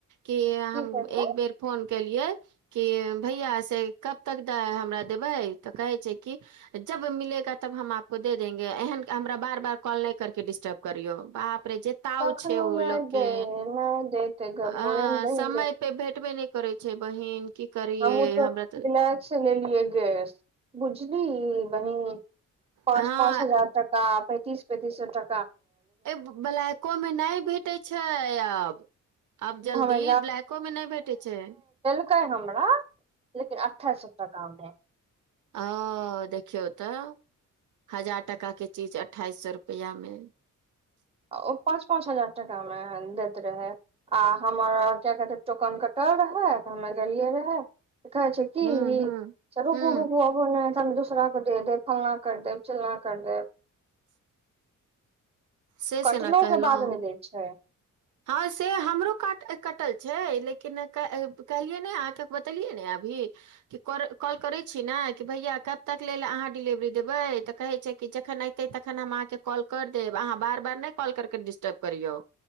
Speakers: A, on the right; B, on the right.
A: क
B: की
A: हम
B: कहै छै
A: एक बेर फोन केलिये कि भैया से कब तक हमरा देबै तऽ कहै छै कि जब मिलेगा तब हम आपको दे देंगे एहन हमरा बार बार कॉल नहि करके डिस्टर्ब करियौ बाप अपे जे ताव
B: तखनो
A: छै ओ
B: नहि
A: लोकके
B: दे नहि देते
A: ह
B: बोले ने बहिन
A: समय पे भेटबे नहि को करै छै बहिन की करियै
B: हमू त
A: हमरा तऽ
B: बििल ल द गस बुझली वही पाँच
A: हँ
B: पाँच हजार तका पैंतीस पति सए टा
A: ए ब्लैकोमे नहि भेटैत छै आब आब जल्दी
B: हमे
A: ब्लैकोमे नहि भेटैत छै
B: क हम लेकिन अठ्ठाइ सप्त काममे
A: ह देखियौ तऽ हजार टाकाे चीज अठाइस सए रुपैआमे
B: ओ पाँच पाँच हजार टाकामे दैत रहै आ हमर कए कहतै टोकन कटल रहै तऽ हमे गेलियै रहए देख कहै छै की
A: हूं
B: ई
A: हूं
B: सरू
A: हूं
B: गू रू भ अप ने दूसरा को दे देब फलना कर देब चिलना कर देब
A: से
B: कटलोके
A: से न कहलहुँ
B: बादमे दट छै
A: हँ से हमरो कट कटल छै लेकिन कहलियै नहि अहाँकेँ बतेलियै ने अभी कि कॉल करैत छी ने कि भैया कब तक लै लेल अहाँ डिलेवरी देबै तऽ कहैत छै कि जखन अयतै तखन हम अहाँकेँ कॉल करि देब अहाँ बार बार नहि कॉल कर कऽ डिस्टर्ब करियौ